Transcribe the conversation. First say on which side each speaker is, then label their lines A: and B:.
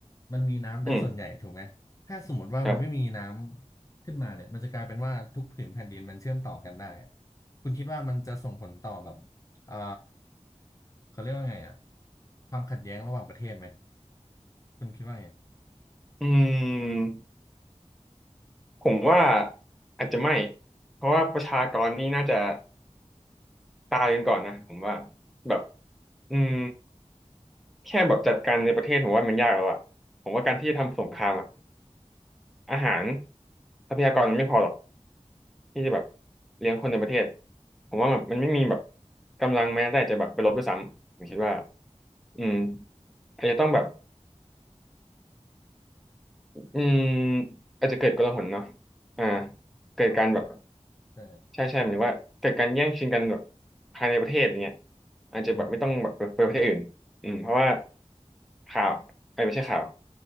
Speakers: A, on the left; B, in the centre.
A: มันมีน้ำเป็นส่วนใหญ่ถูกไหมถ้าสมมติว่ามันไม่มีน้ำขึ้นมาเนี่ยมันจะกลายเป็นว่าทุกผืนแผ่นดินมันเชื่อมต่อกันได้อะ
B: อืมครับ
A: คุณคิดว่ามันจะส่งผลต่อแบบอ่าเขาเรียกว่าไงอ่ะความขัดแย้งระหว่างประเทศไหมคุณคิดว่าไง
B: อืม ผมว่าอาจจะไม่ เพราะว่าประชากรนี่น่าจะตายกันก่อนนะผมว่าแบบอืมแค่แบบจัดการในประเทศผมว่ามันยากแล้วอะผมว่าการที่จะทำสงครามอะอาหารทรัพยากรมันไม่พอหรอกที่จะแบบเลี้ยงคนในประเทศผมว่าแบบมันไม่มีแบบกำลังแม้แต่จะแบบไปรบด้วยซ้ำผมคิดว่าอืมอาจจะต้องแบบอืมอาจจะเกิดกลหนเนาะอ่าเกิดการแบบ
A: ความกังวลใช่
B: ใช่ใช่หมายถึงว่าเกิดการแย่งชิงกันแบบภายในประเทศอย่างเงี้ยอาจจะแบบไม่ต้องแบบไปประเทศอื่นอืมเพราะว่า
A: อืม
B: ข่าวเอ้ยไม่ใช่ข่าว